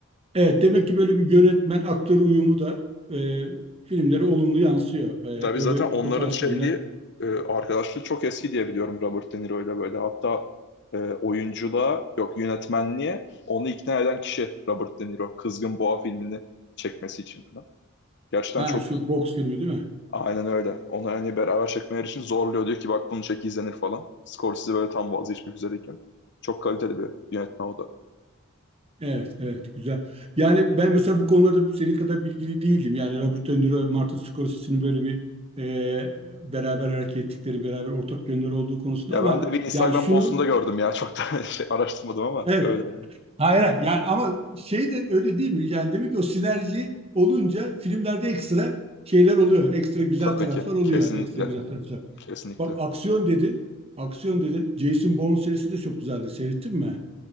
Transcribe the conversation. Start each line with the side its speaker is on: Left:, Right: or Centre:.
Right: evet demek ki böyle bir yönetmen aktör uyumu da e, filmlere olumlu yansıyor. E,
Left: Tabii
Right: öyle
Left: zaten onların
Right: o tarz
Left: şeydi
Right: filmler.
Left: e, arkadaşlığı çok eski diye biliyorum Robert De Niro ile böyle. Hatta e, oyunculuğa yok yönetmenliğe onu ikna eden kişi Robert De Niro. Kızgın Boğa filmini çekmesi için falan. Gerçekten
Right: Ha
Left: çok
Right: şu boks filmi değil mi?
Left: aynen öyle. Onu hani beraber çekmeleri için zorluyor. Diyor ki bak bunu çek izlenir falan. Scorsese böyle tam vazgeçmek üzereyken. Çok kaliteli bir yönetmen o da.
Right: Evet, evet, güzel. Yani ben mesela bu konularda senin kadar bilgili değildim. Yani Robert De Niro, Martin Scorsese'nin böyle bir e, beraber hareket ettikleri, beraber ortak yönleri olduğu konusunda
Left: Ya
Right: ama
Left: ben de bir Instagram
Right: yani şunu,
Left: postunda gördüm ya. Çok da <laughs> şey araştırmadım ama
Right: evet,
Left: öyle. yani.
Right: hayır, hayır. Yani ama şey de öyle değil mi? Yani demek ki o sinerji olunca filmlerde ekstra şeyler oluyor. Ekstra güzel
Left: Tabii
Right: taraflar
Left: ki.
Right: oluyor.
Left: Kesinlikle.
Right: Ekstra güzel taraflar.
Left: Kesinlikle.
Right: Bak aksiyon dedin. Aksiyon dedin. Jason Bourne serisi de çok güzeldi. Seyrettin mi?